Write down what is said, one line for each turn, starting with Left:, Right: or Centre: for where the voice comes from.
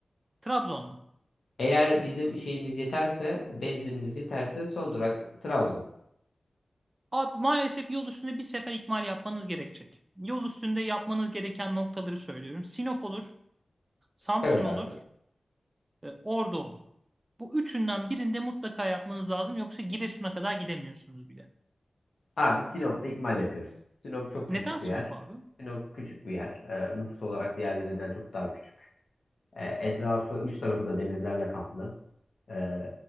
Right: Trabzon mu?
Left: Eğer bizim şeyimiz yeterse, benzinimiz yeterse son durak Trabzon.
Right: Abi, maalesef yol üstünde bir sefer ikmal yapmanız gerekecek. Yol üstünde yapmanız gereken noktaları söylüyorum. Sinop olur, Samsun
Left: Evet
Right: olur,
Left: abi.
Right: e, Ordu olur. Bu üçünden birinde mutlaka yapmanız lazım. Yoksa Giresun'a kadar gidemiyorsunuz bile.
Left: Abi Sinop'ta ikmal yapıyoruz. Sinop çok
Right: Neden
Left: küçük
Right: Sinop
Left: bir yer.
Right: abi?
Left: Sinop küçük bir yer. Ee, nüfus olarak diğerlerinden çok daha küçük. Ee, etrafı, üç tarafı da denizlerle kaplı. Ee,